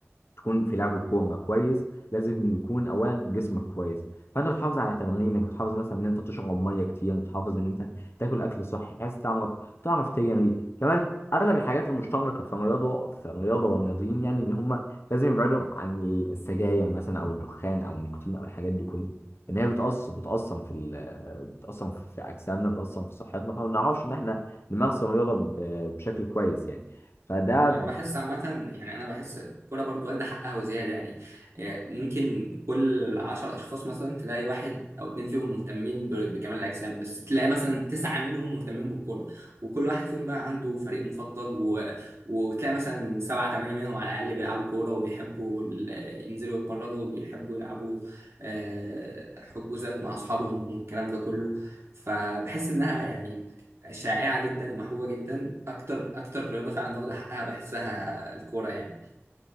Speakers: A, on the left; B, on the right.
A: تكون في لعب الكوره كويس لازم يكون اولا جسمك كويس فانت بتحافظ على تمارينك بتحافظ مثلا ان انت تشرب ميه كتير بتحافظ ان انت تاكل اكل صحي بحيث تعرف تعرف تجري كمان اغلب الحاجات المشتركه في الرياضه في الرياضه والرياضيين يعني ان هم لازم يبعدوا عن السجاير مثلا او الدخان او النيكوتين او الحاجات دي كلها ان هي بتأثر بتأثر في ال... بتأثر في اجسامنا بتأثر في صحتنا فما بنعرفش ان احنا نمارس الرياضه ب- بشكل كويس يعني فده
B: انا بحس عامه يعني انا بحس الكوره برضو واخده حقها وزياده يعني آه، ممكن كل عشر اشخاص مثلا تلاقي واحد او اتنين فيهم مهتمين ب- بكمال الاجسام بس تلاقي مثلا تسعه منهم مهتمين بالكوره وكل واحد فيهم بقى عنده فريق مفضل و... وتلاقي مثلا سبعه ثمانيه منهم على الاقل بيلعبوا كوره وبيحبوا ال- ينزلوا يتمرنوا وبيحبوا يلعبوا آه، حجوزات مع اصحابهم والكلام ده كله فبحس انها يعني شائعة جدا ومحبوبة جدا أكتر أكتر رياضة فعلا واخدة حقها بحسها الكورة يعني